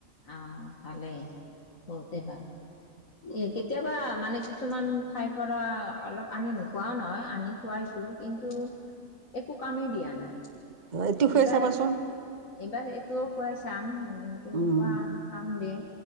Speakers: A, on the left; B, on the right.
A: আহ ভালেই বহুতেই ভাল। এ কেতিয়াবা মানে কিছুমান ঠাইৰ পৰা অলপ আনি নোখোৱাও নহয় আনি খুৱাই কিন্তু একো কামেই দিয়া নাই।
B: এইটো খুৱাই
A: এইবাৰ
B: চাবাচোন
A: এইবাৰ এইটোও খুৱাই চাম উ কিন্তু
B: উম
A: কাম দিয়ে